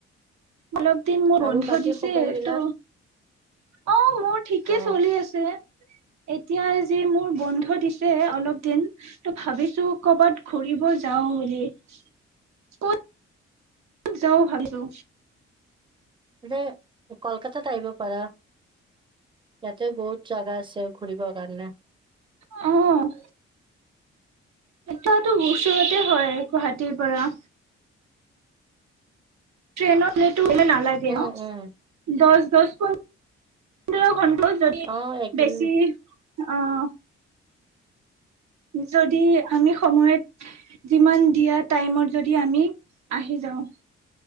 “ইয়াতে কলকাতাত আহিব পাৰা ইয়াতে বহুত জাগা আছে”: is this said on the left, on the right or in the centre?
Right